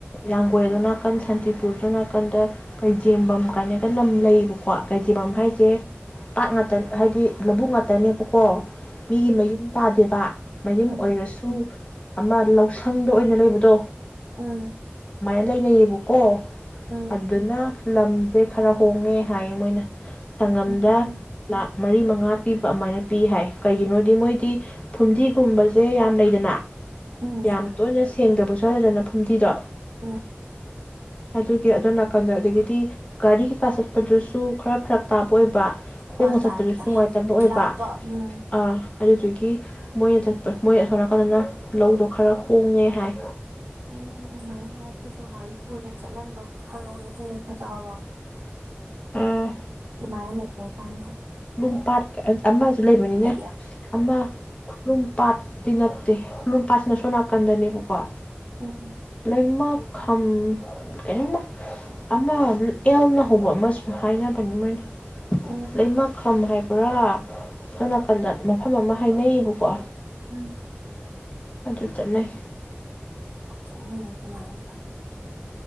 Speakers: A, on the left; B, on the right.
A: ꯌꯥꯝ ꯀꯨꯏꯦ ꯑꯗꯨꯅ ꯅꯥꯀꯟ ꯁꯥꯟꯇꯤꯄꯨꯔꯗ ꯅꯥꯀꯟꯗ ꯀꯩꯖꯦꯝꯕꯝ ꯀꯥꯏꯅꯒ ꯂꯝ ꯂꯩꯕꯀꯣ ꯀꯣ ꯀꯩꯖꯤꯃꯝ
B: ꯎꯝ
A: ꯍꯥꯏꯁꯦ ꯄꯥꯠ ꯉꯇ ꯍꯥꯏꯗꯤ ꯂꯧꯕꯨꯛ ꯉꯥꯛꯇꯅꯦꯕ ꯀꯣ ꯃꯤꯒꯤ ꯃꯌꯨꯝ ꯇꯥꯗꯦꯕ ꯃꯌꯨꯝ
B: ꯎꯝ
A: ꯑꯣꯏꯔꯁꯨ ꯑꯃ ꯂꯧꯁꯪꯗ ꯑꯣꯏꯅ ꯂꯩꯕꯗꯣ
B: ꯎꯝ
A: ꯂꯩ ꯂꯩꯌꯦꯕꯀꯣ
B: ꯎꯝ
A: ꯑꯗꯨꯅ ꯂꯝꯁꯦ ꯈꯔ ꯍꯣꯡꯉꯦ ꯍꯥꯏ ꯃꯣꯏꯅ ꯁꯪꯉꯝꯗ
B: ꯎꯝ
A: ꯂꯥꯛꯈ ꯃꯔꯤ ꯃꯉꯥ ꯄꯤꯕ ꯑꯗꯨꯃꯥꯏꯅ ꯄꯤ ꯍꯥꯏ ꯀꯩꯒꯤꯅꯣꯗꯤ ꯃꯣꯏꯗꯤ ꯐꯨꯝꯗꯤꯒꯨꯝꯕꯁꯦ ꯌꯥꯝ ꯂꯩꯗꯅ
B: ꯎꯝ
A: ꯌꯥꯝ
B: ꯂꯩ
A: ꯇꯣꯏꯅ ꯁꯦ ꯌꯦꯡꯗꯕꯨ ꯁꯥꯗꯗꯅ ꯐꯨꯝꯗꯤꯗꯣ
B: ꯑ
A: ꯑꯗꯨꯒꯤ ꯑꯗꯨꯅ ꯑꯗꯒꯤꯗꯤ ꯒꯥꯔꯤ ꯀꯩꯀꯥ ꯆꯠꯄꯗꯨꯁꯨ ꯈꯔ ꯐꯔꯛ ꯑꯇꯥꯞ ꯑꯣꯏꯕ ꯍꯣꯡꯉ
B: ꯑꯥ ꯇꯥꯏ
A: ꯆꯠꯄꯗꯨꯁꯨ
B: ꯇꯥꯏ
A: ꯅꯨꯡꯉꯥꯏꯇꯕ ꯑꯣꯏꯕ
B: ꯂꯥꯞꯄ ꯎꯝ
A: ꯑ ꯑꯗꯨꯗꯨꯒꯤ ꯀ ꯃꯣꯏꯅ ꯆꯠꯄ ꯃꯣꯏ ꯁꯣꯟꯣꯔꯀꯥꯟꯗꯅ ꯂꯧꯗꯣ ꯈꯔ ꯍꯣꯡꯉꯦ ꯍꯥꯏ
B: ꯎꯝ ꯑꯗꯨꯃꯥꯏꯅ ꯍꯥꯏ ꯑꯩꯈꯣꯏꯁꯨ ꯂ ꯄꯨꯔꯒ ꯆꯠꯂꯝꯕ ꯈꯪꯍꯧꯗ ꯑꯩꯈꯣꯏꯅ ꯆꯥꯎꯗ
A: ꯑꯥ
B: ꯑꯗꯨꯃꯥꯏꯀꯥꯟ
A: ꯈꯨꯂꯨꯝ ꯄꯥꯠ ꯑꯃꯁꯨ ꯂꯩꯕꯅꯤꯅꯦ
B: ꯂꯩꯌꯦꯕ
A: ꯑꯃ ꯈꯨꯂꯨꯝ ꯄꯥꯠꯇꯤ ꯅꯠꯇꯦ ꯈꯨꯂꯨꯝ ꯄꯥꯠꯁꯤꯅ ꯁꯣ ꯅꯥꯀꯟꯗꯅꯦꯕꯀꯣ
B: ꯎꯝ
A: ꯂꯩꯃ ꯈꯝ ꯀꯩꯅꯣꯝꯃ ꯑꯃ ꯑꯦꯜꯅ ꯍꯧꯕ ꯑꯃꯁꯨ ꯍꯥꯏꯅꯕꯅꯤ ꯃꯣꯏꯅ
B: ꯎꯝ
A: ꯂꯩꯃ ꯈꯝ ꯍꯥꯏꯕ꯭ꯔꯥ ꯁꯣꯝ ꯅꯥꯀꯟꯗ ꯃꯐꯝ ꯑꯃ ꯍꯥꯏꯅꯩꯌꯦꯕꯀꯣ
B: ꯎꯝ
A: ꯑꯗꯨ ꯆꯠꯟꯅꯩ
B: ꯑ ꯀꯃꯥꯏ